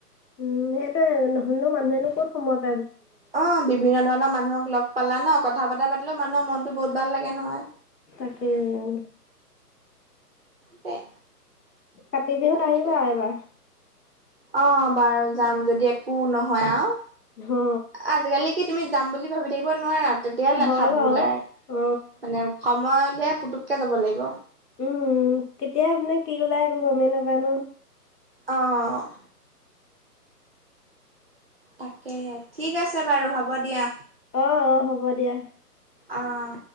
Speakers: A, on the left; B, on the right.
A: উম সেইতোয়ে নহ'লেনো মানুহেনো ক'ত সময়ত।
B: অ বিভিন্ন ধৰণৰ মানুহক লগ পালা ন কথা বতা পাতিলেও মানুহৰ মনতো বহুত ভাল লাগে নহয়।
A: তাকে উম।
B: দেই
A: কাতি বিহুত
B: তাকে
A: আহিবা এবাৰ।
B: অ বাৰু যাম যদি একো নহয় আও।
A: অ
B: আজিকালি কি তুমি যাম বুলি ভাবি থাকিব নোৱাৰা তেতিয়াহ লেঠাবোৰ
A: হয় বাৰু।
B: ওলাই।
A: অ
B: মানে সময় উলিয়াই পুতুককে যাব লাগিব।
A: উম কেতিয়া আপানে কি গললে আকৌ গমেই নাপা ন?
B: অঁ। তাকেহে ঠিক আছে বাৰু হ'ব দিয়া।
A: অ অ হ'ব দিয়া।
B: অঁ।